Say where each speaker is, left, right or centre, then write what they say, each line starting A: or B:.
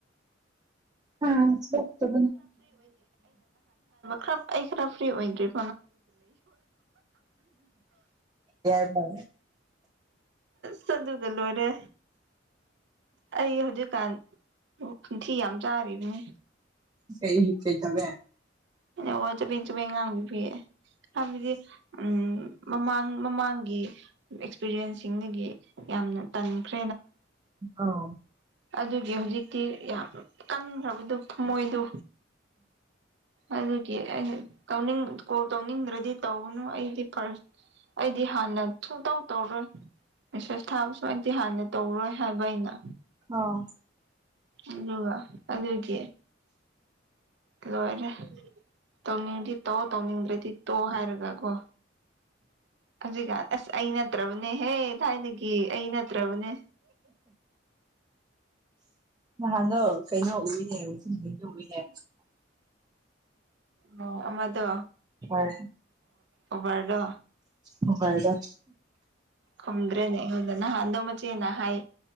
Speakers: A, on the right (about 20°); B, on the right (about 65°).
A: ꯑꯗ ꯊ
B: ꯈ ꯑꯩ ꯈꯔ ꯐ꯭ꯔꯤ ꯑꯣꯏꯗ꯭ꯔꯔꯤ
A: ꯌꯥꯔ ꯐ
B: ꯆꯗꯨꯒꯂꯨ ꯑꯣꯏ ꯑꯩ ꯍꯧꯖꯤꯛꯀꯥꯟ ꯅꯤꯡꯊꯤ ꯌꯥꯝ ꯆꯥꯔꯤꯕꯅꯦ
A: ꯀꯩ ꯍ ꯀꯩ ꯇꯂꯦ
B: ꯑꯣ ꯆ ꯄ ꯆ ꯄ ꯉꯥꯡ ꯄꯤꯌꯦ ꯍꯥꯏꯕꯗꯤ ꯎꯝ ꯃꯃꯥꯡ ꯃꯃꯥꯡꯒꯤ ꯑꯦꯛꯁꯄꯤꯔꯤꯌꯦꯟꯁꯁꯤꯡꯗꯒꯤ ꯌꯥꯝꯅ ꯇꯟꯈ꯭ꯔꯦ
A: ꯑꯥꯎ
B: ꯑꯗꯨꯒꯤ ꯍꯧꯖꯤꯛꯇꯤ ꯌꯥꯝ ꯀꯟꯈ꯭ꯔꯕꯗꯨ ꯊꯃꯣꯏꯗꯨ ꯑꯗꯨꯒꯤ ꯑꯩꯅ ꯇꯧꯅꯤꯡ ꯀꯣꯜ ꯇꯧꯅꯤꯡꯗ꯭ꯔꯗꯤ ꯇꯧꯅꯨ ꯑꯩꯗꯤ ꯐꯥꯔꯁ ꯑꯩꯗꯤ ꯍꯥꯟꯅ ꯁꯨꯡꯇꯧ ꯇꯧꯔꯣꯏ ꯃꯦꯁꯦꯁ ꯊꯥꯕꯁꯨ ꯑꯩꯗꯤ ꯍꯥꯟꯅ ꯇꯧꯔꯣꯏ ꯍꯥꯏꯕ ꯑꯩꯅ
A: ꯑ
B: ꯑꯗꯨꯒ ꯑꯗꯨꯒꯤ ꯂꯣꯏꯔꯦ ꯇꯧꯅꯤꯡꯗꯤ ꯇꯧ ꯇꯧꯅꯤꯡꯗ꯭ꯔꯗꯤ ꯇꯣ ꯍꯥꯏꯔꯒꯀꯣ ꯍꯧꯖꯤꯛꯀꯥꯟ ꯑꯁ ꯑꯩ ꯅꯠꯇ꯭ꯔꯕꯅꯦꯍꯦ ꯊꯥꯏꯅꯒꯤ ꯑꯩ ꯅꯠꯇ꯭ꯔꯕꯅꯦ
A: ꯅꯍꯥꯟꯗꯣ ꯀꯩꯅꯣ ꯎꯏꯅꯦꯤꯟ ꯎꯏꯅꯦ
B: ꯑꯣ ꯑꯃꯗꯣ
A: ꯍꯣꯏ
B: ꯑꯣꯕꯔꯒ
A: ꯍ ꯐꯗ
B: ꯈꯨꯝꯗ꯭ꯔꯦꯅꯦ ꯑꯩꯉꯣꯟꯗ ꯅꯍꯥꯟꯗꯣ ꯃꯆꯦꯅ ꯍꯥꯏ